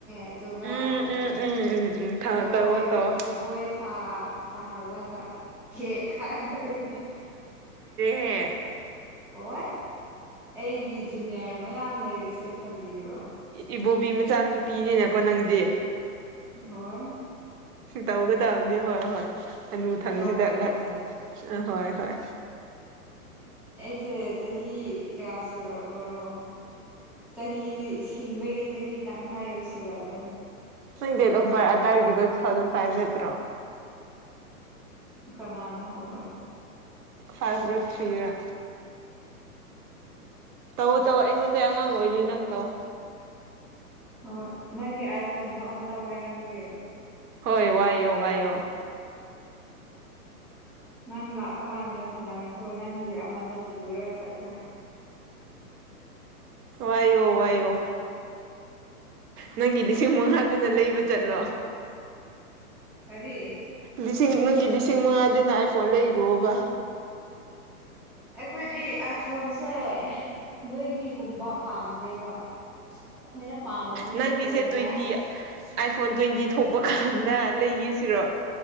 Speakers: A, in the centre; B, on the right.
A: ꯑꯗꯨꯒ
B: ꯎꯝ ꯎꯝ ꯎꯝ ꯎꯝ ꯎꯝ ꯊꯝ
A: ꯖꯒꯣꯏ
B: ꯇꯧꯋꯣ ꯇꯧꯋꯣ
A: ꯖꯒꯣꯏ ꯁꯥꯍꯜꯂꯒ ꯀꯦꯛ ꯈꯥꯏꯗꯣꯏꯅꯦ
B: ꯍ
A: ꯍꯣꯏ ꯑꯩꯒꯤ ꯖꯨꯅꯤꯌꯔ ꯃꯌꯥꯝ ꯂꯩꯔꯤꯁꯦ ꯐꯕꯤꯔꯣ
B: ꯏꯕꯣꯕꯤ ꯃꯆꯥ ꯅꯨꯄꯤꯅꯤꯅꯀꯣ ꯅꯪꯗꯤ
A: ꯍꯣꯏ
B: ꯇꯧꯒ ꯇꯕꯅꯤ ꯍꯣꯏ ꯍꯣꯏ ꯍꯅꯨ ꯊꯪꯁꯤꯗ
A: ꯇꯧꯒꯗꯕꯅꯦ
B: ꯉ ꯑ ꯍꯣꯏ ꯍꯣꯏ
A: ꯁꯦ ꯆꯍꯤ ꯀꯌꯥ ꯁꯨꯔꯕꯔꯣ ꯆꯍꯤ ꯁꯤꯡꯕꯒꯤ ꯆꯍꯤ ꯇꯪꯈꯥꯏ ꯌꯧꯁꯤꯜꯂꯑꯕꯅꯦ
B: ꯅꯪ ꯗꯦꯠ ꯑꯣꯐ ꯕꯥꯔꯠ ꯑꯗꯨꯗꯥꯋꯥꯏꯒꯤꯗꯣ ꯇꯨ ꯊꯥꯎꯖꯟ ꯐꯥꯏꯚ ꯅꯠꯇ꯭ꯔꯣ
A: ꯏ ꯀꯅꯥꯅ ꯍꯥꯏꯕ
B: ꯐꯥꯏꯚ ꯔ ꯊ꯭ꯔꯤ ꯔ ꯇꯧꯑꯣ ꯇꯧ ꯑꯩꯉꯣꯟꯗꯩ ꯑꯉꯥꯡ ꯑꯣꯏꯔꯤ ꯅꯪ ꯇꯧ
A: ꯑꯣ ꯅꯪꯒꯤ ꯑꯥꯏꯐꯣꯟꯗꯣ ꯑꯝꯇ ꯋꯥꯏꯔꯝꯒꯦ
B: ꯍꯣꯏ ꯋꯥꯌꯣ- ꯋꯥꯌꯣ
A: ꯅꯪ ꯂꯥꯛꯄ ꯀꯥꯟꯗ ꯊꯜꯂꯝꯈ꯭ꯔꯣ ꯅꯪꯒꯤ ꯑꯃꯗꯣ ꯄꯨꯔ ꯆꯠꯈ꯭ꯔꯣ
B: ꯋꯥꯏꯌꯣ- ꯋꯥꯏꯌꯣ ꯅꯪꯒꯤ ꯂꯤꯁꯤꯡ ꯃꯉꯥꯗꯨꯅ ꯂꯩꯕ ꯆꯠꯂꯣ
A: ꯀꯔꯤ
B: ꯂꯤꯁꯤꯡ ꯅꯪꯒꯤ ꯂꯤꯁꯤꯡ ꯃꯉꯥꯗꯨꯅ ꯑꯥꯏ ꯐꯣꯟ ꯂꯩꯔꯨꯑꯣꯕ
A: ꯑꯩꯈꯣꯏꯗꯤ ꯑꯥꯏꯐꯣꯟꯁꯦ ꯅꯣꯏꯒꯤꯒꯨꯝꯕ ꯄꯥꯝꯗꯦꯕ ꯑꯩꯈꯣꯏꯅ ꯄꯥꯝꯕꯁꯤꯗꯤ
B: ꯅꯪꯒꯤꯁꯦ
A: ꯄ꯭ꯔꯣ
B: ꯇ꯭ꯋꯦꯟꯇꯤ
A: ꯃꯦꯛꯁ
B: ꯑꯥꯏꯐꯣꯟ ꯇ꯭ꯋꯦꯟꯇꯤ ꯊꯣꯛ ꯀꯟꯗ ꯂꯩꯒꯦꯁꯤꯔꯣ